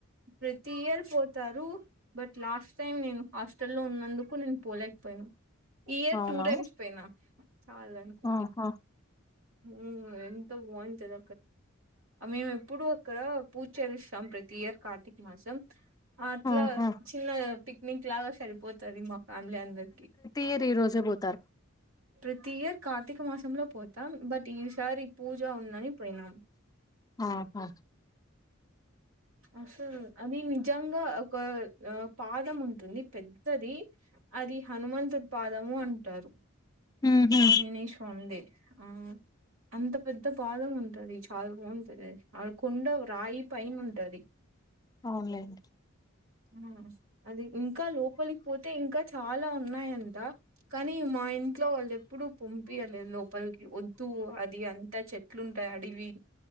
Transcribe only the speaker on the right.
ప్రతి ఇయర్ పోతారు బట్ లాస్ట్ టైమ్ నేను హాస్ట లో ఉన్నందుకు నేను పోలేకపోయినా ఈ ఇయర్
టూ టైమ్స్ పోయినా చాల అనుకుంది
ఉ ఎంత వంతద మేము ఎప్పుడు అక్కడ పూజలుస్తాం ప్రతి ఇయర్ కార్తీక మాసం అట్లా
చిన్న పిక్నిక్ లాగా సరిపోతుంది మా ఫ్యామిలీ అందరికి
ప్రతి ఇయర్ కార్తీక మాసంలో పోతాం బట్ ఈసారి ఈ పూజ ఉందని అ
అసలు అది నిజంగా ఒక పాదం ఉంటుంది పెద్ద అతుది అది హనుమంతుడు పాదము అంటారు
అనినే స్వామిది ఆ అంత పెద్ద బాదం ఉంది ంటది చదమ అను కొండ రాయి పైన్ ఉంటది
ఆ అది ఇంకా లోపలికి పోతే ఇంకా చాలా ఉన్నాయంత కానీ మా ఇంట్లో వాళ్ళు ఎప్పుడు పంపి వాళ్ళ లోపలికి వద్దు అది అంత చెట్లు అడివి